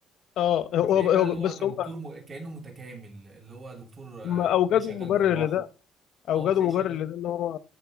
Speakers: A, on the left; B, on the right.
A: اه هو
B: بتلاقيه بقى
A: هو
B: اللي
A: بس
B: هو كدكتور
A: هم
B: م... كانه متكامل اللي هو دكتور آه،
A: هم اوجدوا
B: تلاقيه شغال
A: مبرر
B: جراح
A: لده اوجدوا
B: اه تلاقيه
A: مبرر
B: شغال
A: لده ان هو